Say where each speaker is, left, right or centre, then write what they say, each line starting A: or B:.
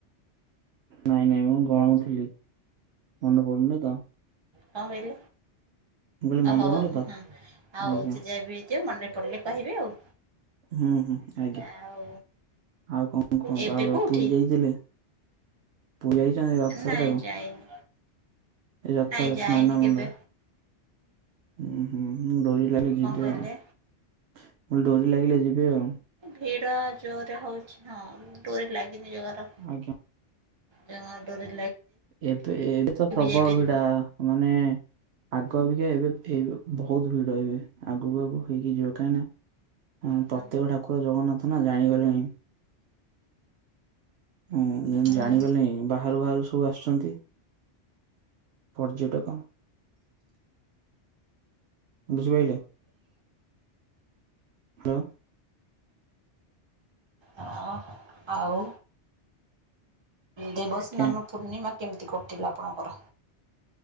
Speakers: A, on the right; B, on the right.
A: ନାଇଁ ନାଇଁ ମୁଁ ଗଣୁଥିଲି ମନେ ପଡୁନି ତ।
B: କଣ କହିଲି
A: ମୁଁ କହିଲି ମନେ
B: ଓହୋ
A: ପଡୁନି
B: ହୋ
A: ତ
B: ହଁ ଆଉ
A: ଆଜ୍ଞା
B: ସେ ଯା ବି ହେଇଥିବ ମନେ ପଡ଼ିଲେ କହିବେ ଆଉ।
A: ହୁଁ ହୁଁ ଆଜ୍ଞା।
B: ଆଉ
A: ଆଉ କଣ କୁହନ୍ତୁ
B: ଏବେ
A: ଆଉ ର
B: କୋଉଠି
A: ପୁରୀ ଯାଇଥିଲେ? ପୁରୀ ଯାଇଛନ୍ତି ରଥଯାତ୍ରାକୁ
B: ନାଇଁ ଯାଇନି
A: ଏ ରଥର
B: ନାଇଁ ଯାଇନି
A: ସ୍ନାନ
B: କେବେ
A: ମଣ୍ଡପ। ଉଁ ହୁଁ ଡୋରି ଲାଗିଲେ ଯିବେ
B: କଣ କହିଲେ
A: ଆଉ ମୁଁ ଡୋରି ଲାଗିଲେ ଯିବେ ଆଉ।
B: ଭିଡ ଜୋରରେ ହଉଛି ହଁ ଡୋରି ଲାଗିନି ଜଗାର।
A: ଆଜ୍ଞା।
B: ଜମାଡୋରି
A: ଏବେ ଏଡ଼ ପ୍ରବଳ
B: ଯାଇପାରିବ
A: ଭିଡା ମାନେ ଆଗ ଅବିିକା ଏବେ ଏ ଓ ବହୁତ ଭିଡ ଏବେ ଆଗକୁ ଆଗକୁ ହେଇକି ଯିବ କାହିଁ ନା ଅଁ
B: ହଁ
A: ପ୍ରତ୍ୟେକ ଠାକୁର ଜଗନ୍ନାଥ ନା ଜାଣିଗଲେଣି। ହୁଁ
B: ହଁ
A: ଜାଣିଗଲେଣି
B: ହୁଁ
A: ବାହାରୁ ବାହାରୁ ସବୁ ଆସୁଛନ୍ତି। ପର୍ଯ୍ୟଟକ। ବୁଝି ପାଇଲେ ହ୍ୟାଲୋ।
B: ଆଅ ଆଉ ଦେବସ୍ନାନ
A: ଆଜ୍ଞା
B: ପୂର୍ଣ୍ଣିମା କେମିତି କଟିଲା ଆପଣଙ୍କର?